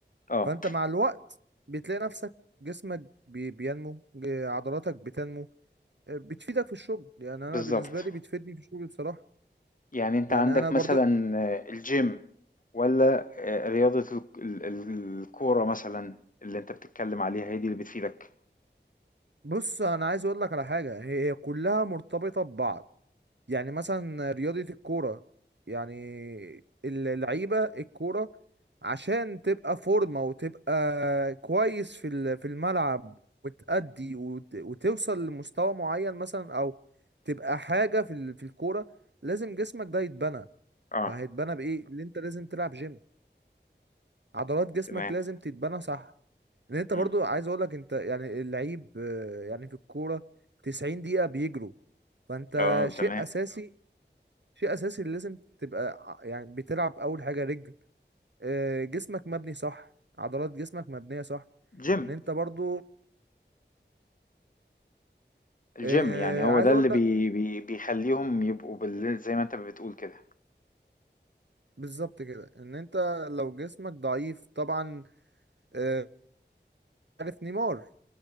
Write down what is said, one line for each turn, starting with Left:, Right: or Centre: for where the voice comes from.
Left: آه،
Right: فانت مع الوقت بتلاقي نفسك جسمك بي- بينمو ج- عضلاتك بتنمو آه، بتفيدك في الشغل يعني انا
Left: بالضبط.
Right: بالنسبه لي بتفيدني في الشغل بصراحه
Left: يعني انت
Right: يعني
Left: عندك
Right: انا برضو
Left: مثلا آه، الجيم ولا آه، رياضة ال- ال- ال- الكورة مثلا اللي انت بتتكلم عليها هي دي اللي بتفيدك
Right: بص انا عايز اقول لك على حاجه هي هي كلها مرتبطه ببعض يعني مثلا رياضة الكورة يعني اللعيبة الكورة عشان تبقى فورمة وتبقى كويس في ال- في الملعب وتأدي وت- وتوصل لمستوى معين مثلا أو تبقى حاجة في ال- في الكورة لازم جسمك ده يتبنى
Left: اه
Right: فهيتبنى بإيه؟ اللي أنت لازم تلعب جيم عضلات جسمك
Left: تمام
Right: لازم تتبنى صح لأن أنت
Left: مم.
Right: برضو عايز أقولك أنت يعني اللعيب آه، يعني في الكورة 90 دقيقة بيجروا فأنت
Left: اه تمام
Right: شيء أساسي شيء اساسي اللي لازم تبقى ع- يعني بتلعب اول حاجه رجل آه، جسمك مبني صح عضلات جسمك مبنيه صح
Left: جيم
Right: ان انت برضو
Left: الجيم
Right: آه،
Left: يعني هو
Right: عايز
Left: ده
Right: اقول
Left: اللي بي
Right: لك
Left: بي بيخليهم يبقوا بال... زي ما انت بتقول كده
Right: بالظبط كده ان انت لو جسمك ضعيف طبعا آه، عارف نيمار